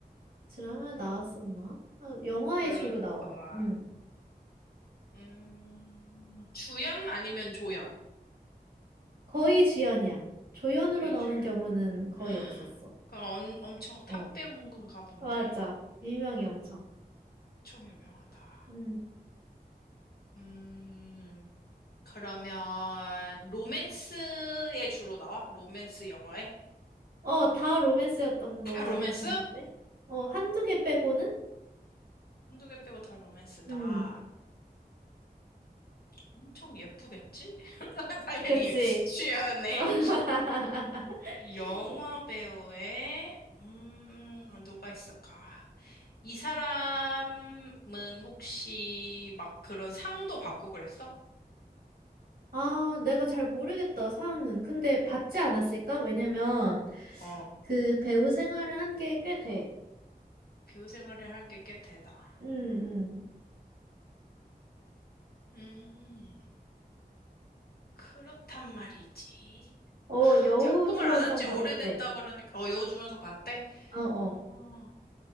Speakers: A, on the right; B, on the left.
A: 드라마 나왔었나? 어, 영화에
B: 그렇구만.
A: 주로 나와. 음.
B: 음. 주연 아니면 조연?
A: 거의 주연이야. 조연으로
B: 거의
A: 나오는
B: 주연.
A: 경우는 거의
B: <gasps> 헉!
A: 없었어.
B: 그럼 엄, 엄청
A: 어,
B: 탑 배우인 건가 본데?
A: 맞아. 유명해, 엄청.
B: 엄청 유명하다.
A: 음.
B: 음. 그러면 로맨스에 주로 나와? 로맨스 영화에?
A: 어, 다 로맨스였던
B: 다
A: 것 같은데?
B: 로맨스?
A: 어,
B: 어,
A: 한두 개 빼고는?
B: 한두 개 빼고 다 로맨스다.
A: 음.
B: 엄청 예쁘겠지? <laughs> 당연히
A: 그치?
B: 취하네.
A: <laughs>
B: 영화
A: 이-
B: 배우에 음, 누가 있을까? 이 사람은 혹시 막 그런 상도 받고 그랬어?
A: 아, 내가 잘 모르겠다, 상은. 근데 받지 않았을까? 왜냐면,
B: 어,
A: 그 배우 생활을 한 게 꽤 돼.
B: 교우 생활을 한 게 꽤 되다.
A: 응,
B: 음,
A: 응.
B: 음, 그렇단 말이지.
A: 어, 여우주연상
B: 작품을 안 한지
A: 받았대.
B: 오래됐다 그러니까 어 여우주연석 봤대?
A: 어, 어.
B: 아